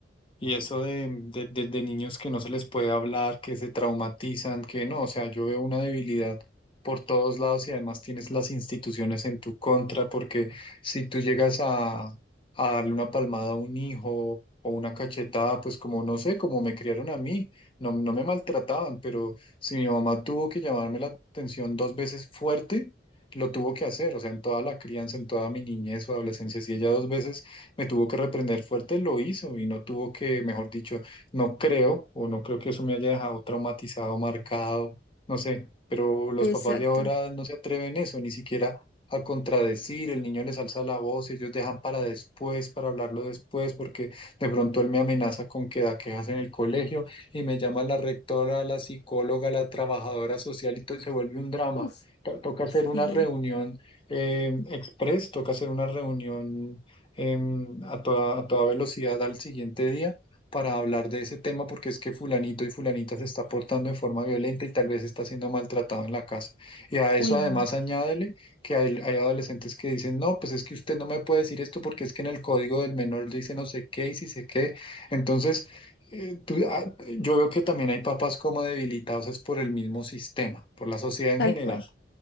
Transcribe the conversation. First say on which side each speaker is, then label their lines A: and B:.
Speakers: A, on the left; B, on the left.
A: y eso de, de, de- de niños que no se les puede hablar, que se traumatizan, que no, o sea, yo veo una debilidad por todos lados y además tienes las instituciones en tu contra, porque si tú llegas a, a darle una palmada a un hijo o una cachetada, pues como no sé, como me criaron a mí, no, no me maltrataban, pero si mi mamá tuvo que llamarme la atención dos veces fuerte, lo tuvo que hacer, o sea, en toda la crianza, en toda mi niñez o adolescencia, si ella dos veces me tuvo que reprender fuerte, lo hizo y no tuvo que, mejor dicho, no creo o no creo que eso me haya dejado traumatizado, marcado, no sé, pero los
B: Exacto.
A: papás de ahora no se atreven eso, ni siquiera a contradecir, el niño les alza la voz, ellos dejan para después, para hablarlo después, porque de pronto él me amenaza con que da quejas en el colegio y me llama la rectora, la psicóloga, la trabajadora social y todo y se vuelve un drama.
B: Uf,
A: To- Toca hacer
B: sí.
A: una reunión eh, express, toca hacer una reunión em, a toda, a toda velocidad al siguiente día para hablar de ese tema porque es que fulanito y fulanita se está portando de forma violenta y tal vez está siendo maltratado en la casa. Y a
B: Uy,
A: eso además
B: no.
A: añádele que hay, hay adolescentes que dicen, no, pues es que usted no me puede decir esto porque es que en el código del menor dice no sé qué y si sé qué. Entonces, eh, tú- ah, yo veo que también hay papás como debilitados es por el mismo sistema, por la sociedad en
B: Tal
A: general.
B: cual.